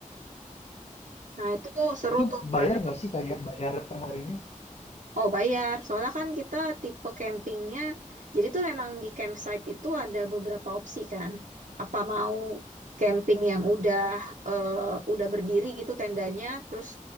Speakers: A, on the right (about 65°); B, on the left (about 50°).
A: nah itu seru
B: Itu
A: tuh
B: bayar
A: karena
B: nggak sih kayak bayar perharinya?
A: Oh, bayar. Soalnya kan kita tipe campingnya, jadi tuh memang di campsite itu ada beberapa opsi kan. Apa mau camping yang udah eh, udah berdiri gitu tendanya, terus